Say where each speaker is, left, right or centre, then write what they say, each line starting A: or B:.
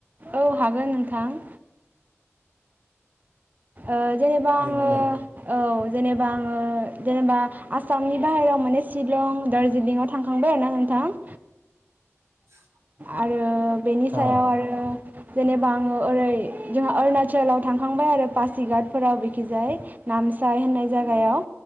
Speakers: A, on the right; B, on the right.
A: औ हागोन नोंथां। ओ जेनेबा
B: दे
A: आङो
B: बुंलाय
A: औ जेनेबा आङो जेनेबा आसामनि बाहेराव माने शिलं दार्जिलिंआव थांखां बाय आरोना नोंथां।
B: <inaudible>
A: आरो बेनिफ्राय
B: अ
A: आरो जेनेबा आङो ओरै जोंहा अरुणाचलाव थांखांबाय आरो पासिघाट फोराव बिखिजाय नामसाय होननाय जायगायाव।